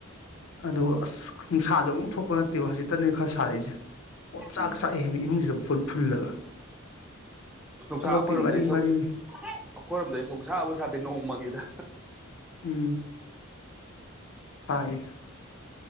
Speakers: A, on the left; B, in the centre.
A: ꯑꯗꯨ ꯑꯁ ꯅꯨꯡꯁꯥꯁꯨ ꯑꯝꯇ ꯊꯣꯛꯄ ꯅꯠꯇꯦꯕ ꯍꯧꯖꯤꯛꯇꯅꯦ ꯈꯔ ꯁꯥꯔꯛꯏꯖ‌ꯦ ꯑꯣꯝ ꯆꯥꯛ
B: ꯎꯝ
A: ꯆꯥꯛꯑꯦꯃꯦ ꯏꯃꯨꯡꯁꯤꯗ ꯐꯨꯟ ꯐꯨꯜꯂꯒ
B: ꯅꯨꯡꯁꯥ
A: ꯊꯕꯛꯇꯤ
B: ꯑꯩꯈꯣꯏꯔꯣꯝꯗꯩꯁꯨ
A: ꯃꯔꯤ ꯃꯔꯤꯅꯤ
B: ꯑꯩꯈꯣꯏꯔꯣꯝꯗ ꯁꯨꯡꯁꯥꯕꯨ ꯁꯥꯗꯦ ꯅꯣꯡꯃꯪꯉꯤꯗ
A: ꯎꯝ ꯁꯥꯏꯌ‌ꯦ